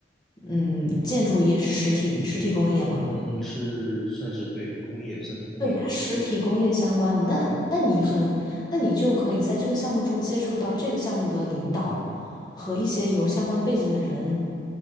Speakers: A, on the left; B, in the centre.
A: 嗯，建筑业是实体实体工业嘛。
B: 嗯是算是对工业，算是工业。
A: 对，它实体工业相关的，
B: 对，
A: 那那你很，那你就可以在这个项目中接触到这个项目的领导和一些有相关背景的人，